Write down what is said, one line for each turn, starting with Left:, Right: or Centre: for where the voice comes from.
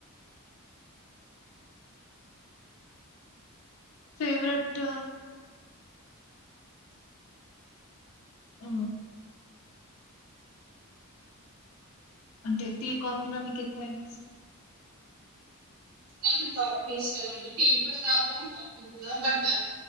Left: ఫేవరెట్ ఆ అంటే టీ కాఫీలో మీకు ఎక్కువ ఏమి ఇష్టం
Right: మనకు టాపి ఇస్తాంమండి టీవీ కూడా రాతాం టాపి కూడా బట్